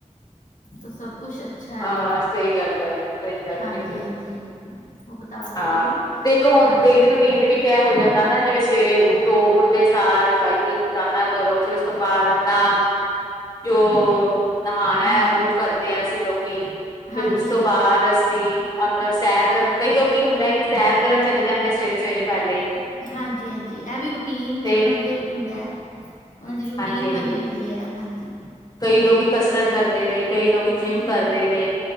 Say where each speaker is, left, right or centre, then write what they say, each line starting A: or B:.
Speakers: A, on the left; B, on the left.
A: ਤੋਂ ਸਭ ਕੁਛ ਅੱਛਾ। ਅੱਛਾ ਹੈ,
B: ਹਾਂ ਸਹੀ ਗੱਲ ਹੈ ਸਹੀ ਗੱਲ
A: ਹਾਂਜੀ-
B: ਹੈ, ਬਿਲਕੁਲ
A: ਹਾਂਜੀ। ਉਹ, ਬਤਾਰਾ
B: ਹਾਂ
A: ਥਾ, ਨਾ,
B: ਦੇਖੋ ਹੁਣ
A: ਹਾਂਜੀ।
B: ਡੇਲੀ ਰੂਟੀਨ, ਦੇ ਵਿੱਚ ਇਹ ਹੋ ਜਾਂਦਾ ਨਾ, ਜਿਵੇਂ ਸਵੇਰੇ ਉੱਠੋ, ਉੱਠ ਉੱਠਦੇ ਸਾਰ, ਵਾਹਿਗੁਰੂ ਸ਼ੁਕਰਾਨਾ ਕਰੋ, ਫਿਰ ਉਸ ਤੋਂ ਬਾਦ ਆਪਣਾ ਜੋ ਨਹਾਣਾ
A: ਹਾਂਜੀ
B: ਹੈ, ਉਹ ਕਰਦੇ ਹੈ, ਅਸੀਂ ਲੋਕੀ
A: ਹਾਂਜੀ
B: ਫਿਰ ਉਸ ਤੋਂ
A: ਹਾਂਜੀ
B: ਬਾਅਦ ਅੱਸੀ, ਆਪ। ਸੈਰ, ਕਰਨ ਕਈ ਲੋਕੀ ਹੁੰਦੇ ਹੈ, ਕਿ ਸੈਰ ਕਰਨ ਚਲੇ ਜਾਂਦੇ, ਸਵੇਰੇ- ਸਵੇਰੇ ਪਹਿਲੇ।
A: ਹਾਂਜੀ -ਹਾਂਜੀ। ਹਾਂਜੀ, ਇਹ ਵੀ, ਰੂਟੀਨ
B: ਤੇ
A: 'ਚ ਉਹਨਾਂ ਦੇ ਹੁੰਦਾ ਹੈ, ਉਹਨਾਂ ਦੀ ਰੂਟੀਨ
B: ਹਾਂਜੀ ਹਾਂਜੀ
A: ਬਣੀ ਹੁੰਦੀ ਹੈ ਹਾਂਜੀ।
B: ਕਈ ਲੋਕੀ ਕਸਰਤ ਕਰਦੇ ਨੇ, ਕਈ ਲੋਕੀ ਜਿੰਮ ਕਰਦੇ ਨੇ,